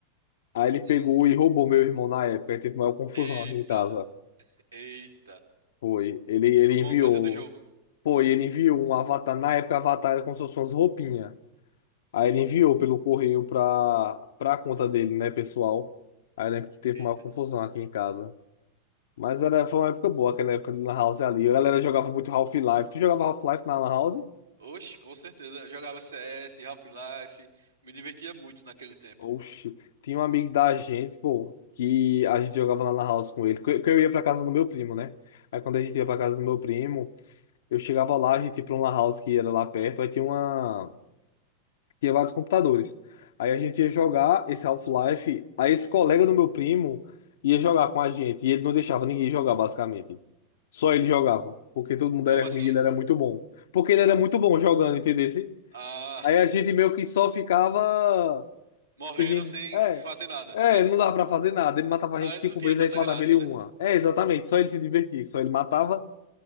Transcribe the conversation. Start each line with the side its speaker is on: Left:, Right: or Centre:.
Left: Aí ele pegou
Right: Hum.
Left: e roubou meu irmão na época, aí teve maior confusão
Right: Eita.
Left: aqui em casa.
Right: Eita,
Left: Foi, ele, ele
Right: roubou
Left: enviou,
Right: uma coisa do jogo.
Left: foi, ele enviou um avatar, na época avatar era como se fosse umas roupinhas. Aí ele enviou pelo correio para para a conta dele, né, pessoal. Aí eu lembro que teve
Right: Eita.
Left: uma confusão aqui em casa. Mas era, foi uma época boa, aquela época de Lan House ali. A galera jogava muito Half-Life. Tu jogava Half-Life na Lan House?
Right: Oxe, com certeza. Eu jogava CS, Half-Life, me divertia muito naquele tempo.
Left: Oxi, tinha um amigo da gente, pô, que a gente jogava na Lan House com ele. Que que eu ia pra casa do meu primo, né? Aí quando a gente ia pra casa do meu primo, eu chegava lá, a gente ia pra uma Lan House que era lá perto. Aí tinha uma. tinha vários computadores. Aí a gente ia jogar esse Half-Life, aí esse colega do meu primo ia jogar com a gente, e ele não deixava ninguém jogar, basicamente. Só ele jogava, porque todo mundo
Right: Como
Left: era
Right: assim?
Left: ruim e ele era muito bom. Porque ele era muito bom jogando, entendeu?
Right: Ah,
Left: Aí a gente meio que só ficava
Right: <laughs> morrendo
Left: se vin-
Right: sem
Left: É,
Right: fazer nada.
Left: é, não dava pra fazer nada. Ele matava a
Right: Ah,
Left: gente cinco
Right: não tinha
Left: vezes,
Right: tanta
Left: a gente matava
Right: graça,
Left: ele uma.
Right: né?
Left: É, exatamente, só ele se divertia, só ele matava.